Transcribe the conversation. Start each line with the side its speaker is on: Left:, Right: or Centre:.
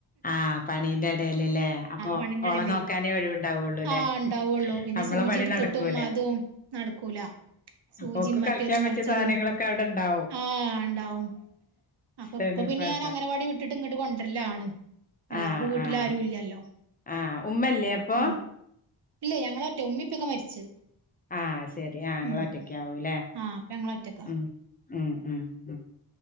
Left: ആഹ് പണീന്റെ ഇടൽല്ലേ അപ്പൊ
Right: പണിന്റെടയിലേ
Left: ഓള നോക്കാനേ ഒഴിവുണ്ടാവുള്ളുല്ലേ
Right: ആഹ് ഉണ്ടാവുള്ളൂ പിന്നെ
Left: നമ്മളെ
Right: സൂചി
Left: പണി
Right: എടുത്തിട്ടും
Left: നടക്കൂല
Right: അതും നടക്കൂല സൂചിയും
Left: ഓക്ക്
Right: മറ്റേതും
Left: കളിക്കാൻ പറ്റിയ
Right: മറിച്ചതും
Left: സാധനങ്ങളൊക്കെ അവിടെണ്ടാവും.
Right: ആഹ് ഉണ്ടാവും അപ്പൊ
Left: തെണ്ണിപ്പാട്ട
Right: ഇപ്പൊ പിന്നെ ഞാൻ അംങ്ങനവാടി വിട്ടിട്ട് ഇങ്ങിട്ട് കൊണ്ടരലാ ആണ് അല്ലാത
Left: ആഹ്
Right: ഇപ്പ വീട്ടില
Left: ആഹ്
Right: ആരും ഇല്ലല്ലോ ഇല്ലല്ലോ
Left: ആഹ് ഉമ്മല്ലേ അപ്പൊ
Right: ഉം ഇല്ല ഞങ്ങളോ ഒറ്റ ഉമ്മിപ്പൊക്കെ മരിച്ച്
Left: ആ ശരി ഇങ്ങള്
Right: ഉം
Left: ഒറ്റക്ക ആവൂല്ലേ
Right: ആഹ് അപ്പൊ ഞങ്ങളൊറ്റക്കാ
Left: ഉം ഉം ഉം ഉം